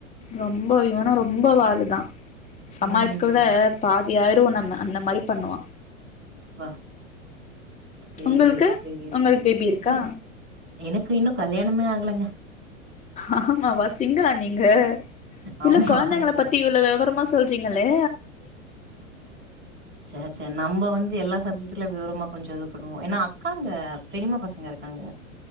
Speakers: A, on the left; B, on the right.
A: ரொம்ப இவனும் ரொம்ப வாலு தான் சமாளத்து
B: ம்
A: கூட
B: ம்
A: பாதி ஆயிருவோம் நம்ம அந்த மாரி பண்ணுவா
B: ப்ப தெரியது
A: உங்களுக்கு
B: தெரியது
A: உங்களுக்கு பேபி இருக்கா
B: இல்ல எனக்கு இன்னும் கல்யாணமே ஆகலங்க
A: ஆமாவா சிங்கிளா நீங்க
B: ஆமா
A: இல்ல குழந்தைங்க
B: சரி
A: பத்தி இவ்வளவு விவரமா சொல் ங்களே
B: ச ச நம்ம வந்து எல்லா சப்ஜெக்ட்ல விவரமா கொஞ்சம் இது ப ஏனா அக்காங்க பெரியமா பசங்க இருக்காங்க